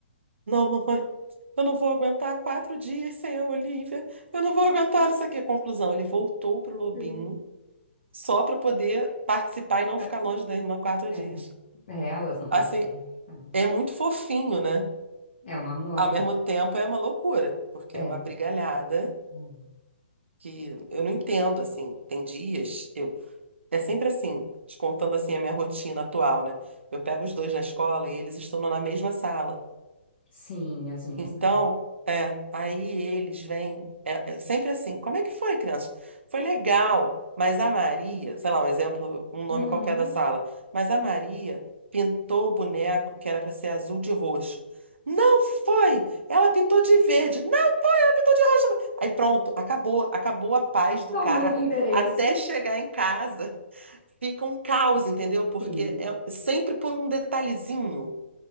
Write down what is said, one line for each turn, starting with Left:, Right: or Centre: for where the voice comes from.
Right: Não, mamãe, eu não vou aguentar quatro dias sem a Olivia. Eu não vou aguentar não sei o quê. Conclusão, ele voltou pro Lobinho
Left: Sim.
Right: só para poder participar e não
Left: Participando.
Right: ficar longe da irmã quatro dias.
Left: É. É, elas não conseguem.
Right: Assim,
Left: não.
Right: é muito fofinho, né?
Left: É um amor,
Right: Ao
Left: né?
Right: mesmo tempo é uma loucura, porque
Left: É.
Right: é uma brigalhada
Left: Hum.
Right: que eu não entendo, assim. Tem dias, eu é sempre assim, te contando assim a minha rotina atual, né? Eu pego os dois na escola e eles estão na mesma sala.
Left: Sim, as minhas
Right: Então,
Left: também.
Right: é, aí eles vêm, é, é sempre assim, como é que foi, crianças? Foi legal, mas a Maria, sei lá, um exemplo, um nome
Left: Uhum.
Right: qualquer da sala, mas a Maria pintou o boneco que era para ser azul de roxo. Não foi! Ela pintou de verde, não, ela pintou de roxo. Aí pronto, acabou, acabou a paz do
Left: Só
Right: carro.
Left: muda o endereço.
Right: Até chegar em casa, fica um caos, entendeu? Porque
Left: Sim.
Right: é sempre por um detalhezinho.